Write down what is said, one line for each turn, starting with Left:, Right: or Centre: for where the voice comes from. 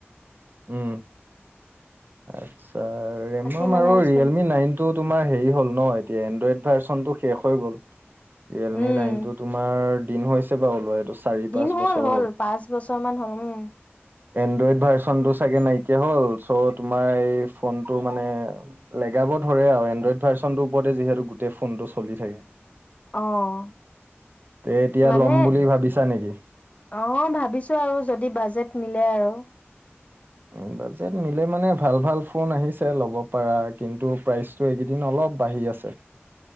Right: উম। আচ্ছা ৰেমম
Left: তাকে মানে
Right: আৰু ৰিয়েলমি
Left: চেঞ্জ
Right: নাইন টো তোমাৰ হেৰি হ'ল ন এতিয়া এনড্ৰইড ভাৰ্চনটো শেষ হৈ গ'ল। ৰিয়েলমি
Left: উম,
Right: নাইনটো তোমাৰ দিন হৈছে বাৰু ওলোৱা এইটো চাৰি
Left: দিন
Right: পাঁচ
Left: হ'ল
Right: বছৰ
Left: হ'ল পাঁচ বছৰ মান হ'ল উম।
Right: এনড্ৰইড ভাৰ্চনটো চাগে নাইকিয়া হ'ল চ' তোমাৰ এই ফোনটো মানে <unintelligible> ধৰে আৰু এনড্ৰইড ভাৰ্চনটো ওপৰতে ফোনটো চলি থাকে।
Left: অ',
Right: তে এতিয়া
Left: মানে
Right: ল'ম বুলি ভাবিছা নেকি?
Left: অ', ভাবিছোঁ আৰু যদি বাজেট মিলে আৰু।
Right: উ বাজেট মিলে মানে ভাল-ভাল ফোন আহিছে। ল'ব পাৰা কিন্তু প্ৰাইচটো এইকেইদিন অলপ বাঢ়ি আছে।